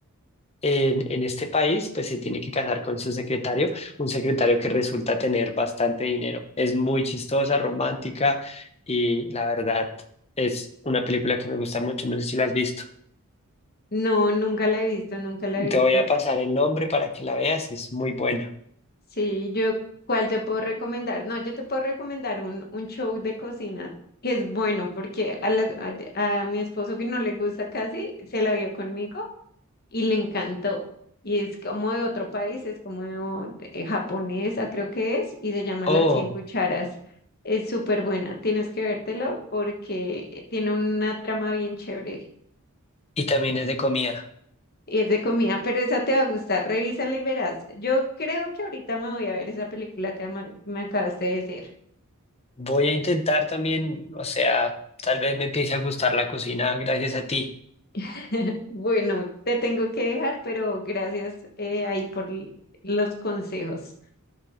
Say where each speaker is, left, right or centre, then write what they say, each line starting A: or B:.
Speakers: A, on the left; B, on the left.
A: en, en este país, pues se tiene que casar con su secretario, un secretario que resulta tener bastante dinero. Es muy chistosa, romántica y la verdad es una película que me gusta mucho. No sé si la has visto.
B: No, nunca la he visto, nunca la he
A: Te
B: visto,
A: voy a pasar el nombre para que la veas, es muy buena.
B: Sí, yo, ¿cuál te puedo recomendar? No, yo te puedo recomendar un, un show de cocina que es bueno porque a, las- a, a mi esposo que no le gusta casi, se la vio conmigo y le encantó. Y es como de otro país, es como de- de japonesa, creo que es, y se llama
A: Oh,
B: Las cien Cucharas. Es súper buena, tienes que vértelo porque eh, tiene una trama bien chévere.
A: y también es de comida.
B: Y es de comida, pero esa te va a gustar. Revísala y verás. Yo creo que ahorita me voy a ver esa película que me, me acabaste de decir.
A: Voy a intentar también, o sea, tal vez me empiece a gustar la cocina gracias a ti.
B: <laughs> Bueno, te tengo que dejar, pero gracias eh, ahí por l- los consejos.